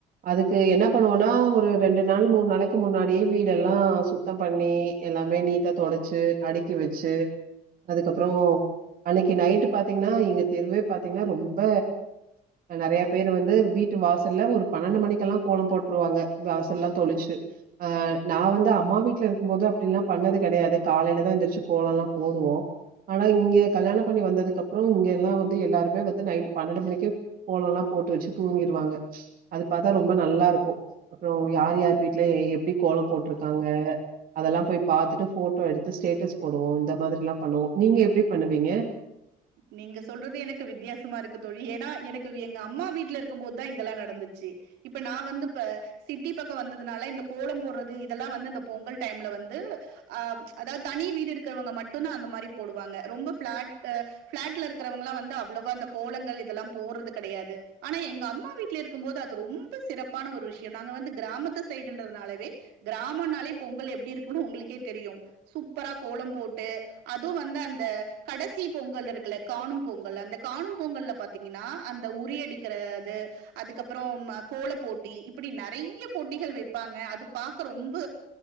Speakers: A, on the right; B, on the right.
A: அதுக்கு என்ன பண்ணுவோனா ஒரு ரெண்டு நாள் மூணு நாளைக்கு முன்னாடியே வீடெல்லா சுத் தோம் பண்ணி எல்லாமே நீட்டா தொடச்சு அடுக்கி வெச்சு அதுக்கப்புறோம் அன்னைக்கு நைட்டு பாத்தீங்கன்னா இங்க தெருவே பாத்தீங்கன்னா ரொம்ப நறையா பேர் வந்து வீட்டு வாசல்ல ஒரு பன்னெண்டு மணிக்கெல்லா கோலோம் போட்டுருவாங்க வாசல்லல்லாம் தொளிச்சு ஆ நா வந்து அம்மா வீட்ல இருக்கும்மோது அப்டில்லா பண்ணது கெடயாது காலைலதான் எந்திரிச்சு கோலோம்லா போடுவோம் ஆனா இங்க கல்யாண பண்ணி வந்ததுக்கு அப்புறோம் இங்க எல்லா வந்து எல்லாருமே வந்து நைட்டு பன்னெண்டு மணிக்கே கோலோல்லாம் போட்டு வெச்சு தூங்கிருவாங்க அது பாத்தா ரொம்ப நல்லாருக்கோம் அப்புறோம் யார் யார் வீட்ல எப்படி கோலோம் போட்டுருக்காங்க அதெல்லா போய் பாத்துட்டு போட் ட்டோ எடுத்து ஸ்டேட்டஸ் போடுவோம் இந்த மாதிரில்லாம் பண்ணுவோ நீங்க எப்டி பண்ணுவீங்க
B: நீங்க சொல்றது எனக்கு வித்தியாசமா இருக்கு தோழி ஏன்னா எனக்கு எங்க அம்மா வீட்ல இருக்கும் மோது தான் இதெல்லாம் நடந்துச்சு இப்ப நா வந்துப்ப சிட்டி பக்கோ வந்ததுனால இந்த கோலோ போடுறது இதெல்லா வந்து அந்த பொங்கல் டைம்ல வந்து அ அதாவ்து தனி வீடு இருக்கிறவங்க மட்டுதா அந்த மாரி போடுவாங்க ரொம்ப ஃபிளாட்டு பிளாட்ல இருக்கிறவங்கலா வந்து அவ்ளவா அந்த கோளங்கள் இதெல்லா போடுறது கிடையாது ஆனா எங்க அம்மா வீட்ல இருக்கும்போது அது ரொம் டு சிறப்பான ஒரு விஷயோ நாங்க வந்து கிராமத்து சைடுன்றதுனாலவே கிராமொனாலே பொங்கல் எப்டி இருக்குன்னு உங்களுக்கே தெரியு சூப்பரா கோலோ போட்டு அதுவு வந்து அந்த கடசி சி பொங்கல் இருக்குல காணு பொங்கல் அந்த காணு பொங்கல்ல பாத்தீங்கன்னா அந்த உறி அடிக்கிறது அதுக்கப்புறோம் கோல போட்டி இப்டி நிறைய போட்டிகள் வைப்பாங்க அது பாக்க ரொம்ப